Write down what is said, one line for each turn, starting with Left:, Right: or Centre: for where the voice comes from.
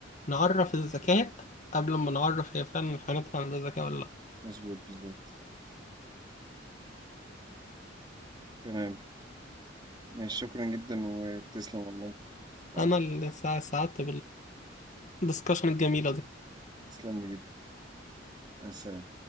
Left: نعرف الذكاء قبل ما نعرف هي فعلا الحيوانات عندها ذكاء ولا لا
Right: مظبوط بالظبط تمام ماشي شكرا جدا وتسلم والله تعبت
Left: انا اللي سع- سعدت بالدسكشن الجميلة دي
Right: تسلم لي جدا مع السلامة